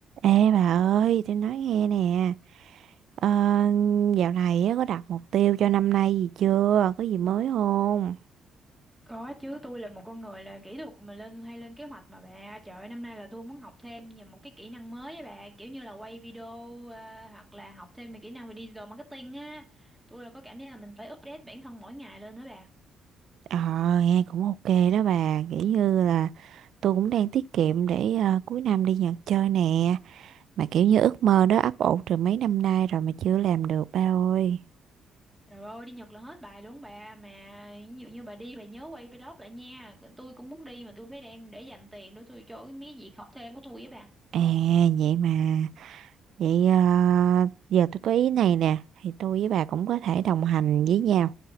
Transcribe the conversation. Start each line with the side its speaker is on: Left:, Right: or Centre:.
Right: Ê bà ơi, tôi nói nghe nè, ờ, dạo này á, có đặt mục tiêu cho năm nay gì chưa? Có gì mới không?
Centre: Có chứ tôi là một con người là kỹ thuật mà lên hay lên kế hoạch mà bà trời ơi, năm nay là tôi muốn học thêm nhiều một cái kỹ năng mới á bà kiểu như là quay video ờ, hoặc là học thêm về kỹ năng về digital marketing á tôi là có cảm giác là mình phải update bản thân mỗi ngày lên đó bà
Right: Ờ, nghe cũng ok đó bà, kiểu như là tôi cũng đang tiết kiệm để ờ, cuối năm đi Nhật chơi nè, mà kiểu như ước mơ đó ấp ủ từ mấy năm nay rồi mà chưa làm được ba ơi.
Centre: trời ơi đi Nhật là hết bài luôn bà mà ví dụ như bà đi bà nhớ quay vlog lại nha tôi cũng muốn đi mà tôi phải đang để dành tiền để tôi cho mấy cái việc học thêm của tôi với bà
Right: À, vậy mà, vậy ờ, giờ tôi có ý này nè, thì tôi với bà cũng có thể đồng hành với nhau.